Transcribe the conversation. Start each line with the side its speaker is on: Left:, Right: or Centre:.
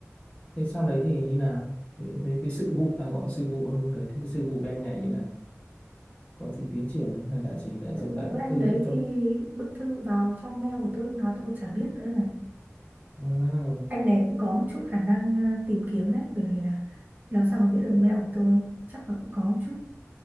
Left: thế sau đấy thì như nào với, với cái sự vụ à gọi sự vụ hơn một cái thế cái sự vụ với anh này như nào có gì tiến triển không hay là chỉ lại
Right: tự
Left: dừng lại
Right: vụ với
Left: bức
Right: anh
Left: thư
Right: đấy
Left: đấy thôi
Right: thì bức thư vào trong mail của tôi lúc nào tôi còn chả biết nữa mà
Left: à,
Right: anh này cũng có một chút khả năng à, tìm kiếm đấy bởi vì là làm sao mà biết được mail của tôi chắc là cũng có một chút